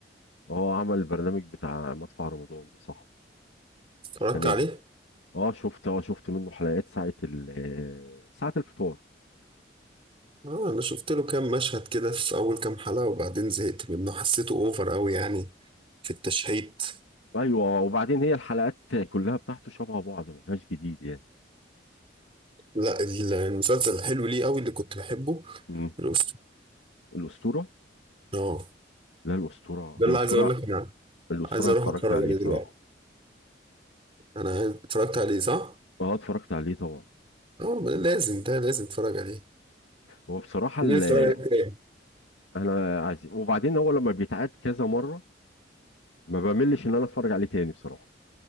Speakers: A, on the left; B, on the right.
A: اه عمل البرنامج بتاع مدفع رمضان ده صح
B: اتفرجت
A: السنة
B: عليه
A: دي اه شفت اه شفت منه حلقات ساعة ال آه، ساعة الفطار
B: آه انا شفت له كام مشهد كده في اول كام حلقة وبعدين زهقت منه حسيته اوفر قوي يعني في التشحيت
A: ايوه وبعدين هي الحلقات كلها بتاعته شبه بعض ما فيهاش جديد يعني
B: لا ال- المسلسل الحلو ليه قوي اللي كنت بحبه
A: امم
B: الاسطورة
A: الأسطورة
B: اه
A: لا الأسطورة
B: ده اللي
A: الأسطورة
B: عايز اقول لك انا
A: الأسطورة
B: عايز
A: أنا
B: اروح
A: اتفرجت
B: اتفرج
A: عليه
B: عليه
A: بصراحة
B: دلوقتي انا اتفرجت عليه صح؟
A: اه اتفرجت عليه طبعا
B: اه ما ده لازم ده لازم اتفرج عليه
A: هو بصراحة
B: نيجي
A: اللي
B: نتفرج عليه تاني
A: أنا عايز وبعدين هو لما بيتعاد كذا مرة ما بملش إن أنا أتفرج عليه تاني بصراحة